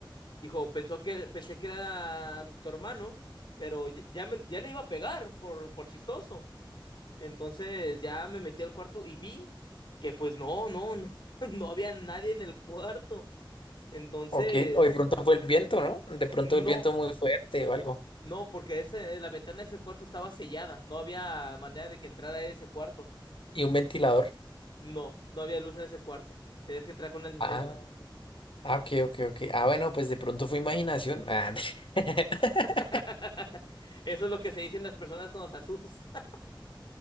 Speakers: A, on the left; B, on the left.
A: Dijo, pensó que, pensé que era tu hermano, pero ya, ya me- ya le iba a pegar por, por chistoso. Entonces ya me metí al cuarto y vi que pues no, no, no, <laughs> no había nadie en el cuarto. Entonces,
B: Ok, o de pronto fue el viento, ¿no? De pronto
A: no,
B: el viento muy fuerte o algo.
A: no, porque ese, la ventana de ese cuarto estaba sellada. No había manera de que entrara ese cuarto.
B: Y un ventilador.
A: No, no había luz en ese cuarto. Tenías que entrar con una linterna.
B: Ah, ah, ok, ok, ok. Ah, bueno, pues de pronto fue imaginación. Ah, <laughs>
A: <laughs> Eso es lo que se dicen las personas cuando se asustan.